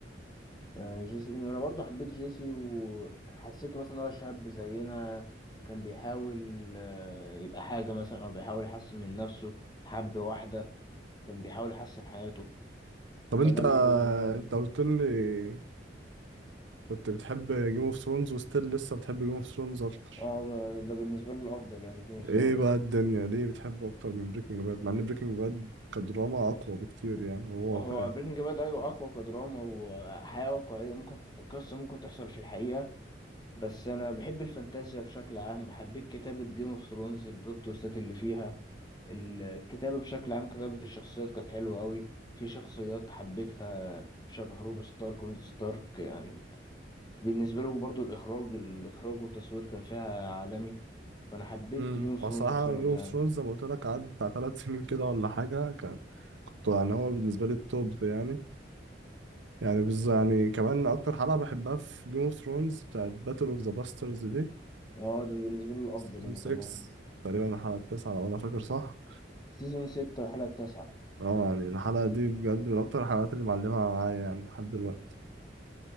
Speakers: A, on the left; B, on the right.
A: آه جيسي بينكمان. انا برضو حبيت جيسي وحسيته مثلا إن هو شاب زينا كان بيحاول آه يبقى حاجه مثلا او بيحاول يحسن من نفسه حب واحده كان بيحاول يحسن حياته
B: طب
A: فده
B: انت
A: اللي حببني فيه يعني
B: انت قلت لي كنت بتحب جيم اوف ثرونز وستيل لسه بتحب جيم اوف ثرونز اكتر
A: اه ده بالنسبه لي الافضل يعني جيم اوف ثرونز
B: ايه بقى الدنيا ليه بتحبه اكتر من بريكنج باد مع ان بريكنج باد كدراما اقوى بكتير يعني وهو
A: هو
B: واقعي
A: بريكنج باد ايوه اقوى كدراما وحياه واقعيه ممكن قصه ممكن تحصل في الحقيقه بس انا بحب الفانتازيا بشكل عام حبيت كتابه جيم اوف ثرونز البلوت تويستات اللي فيها الكتابه بشكل عام كتابه الشخصيات كانت حلوه قوي في شخصيات حبيتها شبه روب ستارك ونيد ستارك يعني بالنسبه له برضو الاخراج الاخراج والتصوير كان فيها عالمي فانا حبيت
B: امم
A: جيم اوف
B: بصراحه
A: ثرونز بسبب
B: جيم اوف
A: ده يعني
B: ثرونز زي ما قلت لك قعد بتاع ثلاث سنين كده ولا حاجه كان كنت يعني هو بالنسبه لي التوب يعني يعني بز... يعني كمان اكتر حلقه بحبها في جيم اوف ثرونز بتاعت باتل اوف ذا باسترز دي
A: اه ده بالنسبه له الافضل
B: سيزون
A: انا
B: 6
A: كمان
B: تقريبا الحلقة التاسعة لو أنا فاكر صح
A: سيزون 6 والحلقه التاسعة
B: اه يعني الحلقة دي بجد من أكتر الحلقات اللي معلمة معايا يعني لحد دلوقتي